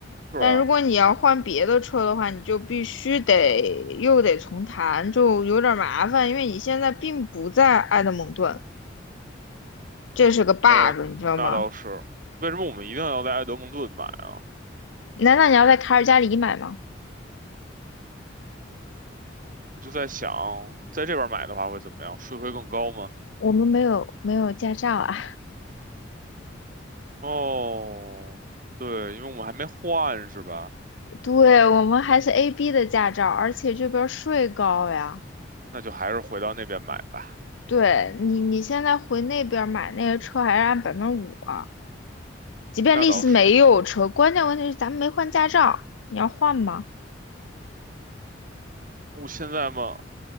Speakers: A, on the right; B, on the left.
A: 是啊，
B: 但如果你要换别的车的话，你就必须得又得重谈，就有点儿麻烦，因为你现在并不在埃德蒙顿，这是个 bug，
A: 呃，
B: 你知道吗？
A: 那倒是。为什么我们一定要在埃德蒙顿买啊？
B: 难道你要在卡尔加里买吗？
A: 我就在想，在这边买的话会怎么样？税会更高吗？
B: 我们没有没有驾照啊，
A: 哦，对，因为我们还没换是吧？
B: <laughs> 对，我们还是 AB 的驾照，而且这边儿税高呀。
A: 那就还是回到那边买吧。
B: 对你，你现在回那边儿买那个车还是按百分之五啊？即便丽丝没有车，
A: 嗯那倒是，
B: 关键问题是咱们没换驾照，你要换吗？
A: 我现在嘛，